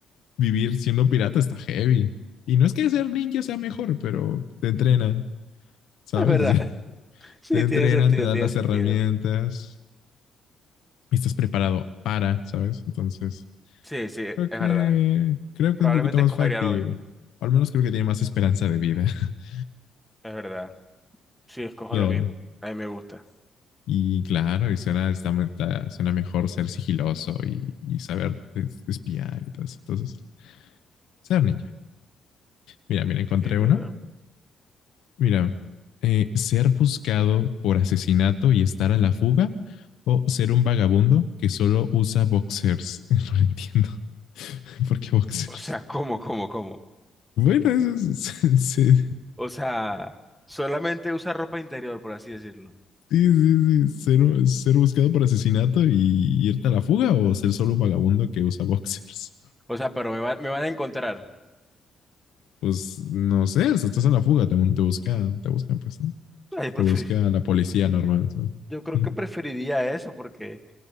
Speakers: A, on the left; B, in the centre.
A: vivir siendo pirata está heavy. Y no es que ser ninja sea mejor, pero te entrenan, ¿sabes?
B: Es verdad.
A: O sea,
B: <laughs>
A: <laughs>
B: Sí,
A: te entrenan,
B: tiene sentido,
A: te dan
B: tiene
A: las
B: sentido.
A: herramientas y estás preparado para, ¿sabes? Entonces,
B: Sí, sí, es
A: creo que,
B: verdad.
A: creo
B: Probablemente
A: que es un poquito más
B: escogería
A: factible.
B: lo mismo.
A: O al menos creo que tiene más esperanza de vida. <laughs>
B: Es verdad. Sí, escojo
A: Claro.
B: lo mismo. A mí me gusta.
A: Y claro, y suena, está- está- suena mejor ser sigiloso y, y saber es- espiar y todo eso. Entonces, ser ninja. Mira, mira, encontré
B: Sí, Es
A: uno.
B: verdad.
A: Mira, eh, ser buscado por asesinato y estar a la fuga o ser un vagabundo que solo usa boxers. <laughs> No lo entiendo. <laughs> ¿Por qué boxers?
B: O sea, <laughs> ¿cómo, cómo, cómo?
A: Bueno, eso es... <laughs> sí,
B: O sea, solamente usa ropa interior, por así decirlo.
A: sí, sí. Ser, ser buscado por asesinato y irte a la fuga o ser solo un vagabundo que usa boxers.
B: O sea, pero me va- me van a encontrar. <laughs>
A: Pues no sé, si estás a la fuga, te, te buscan, te buscan, pues, ¿no?
B: No, yo prefer-
A: Te busca la policía normal, ¿sabes?
B: yo creo
A: <laughs>
B: que preferiría eso porque,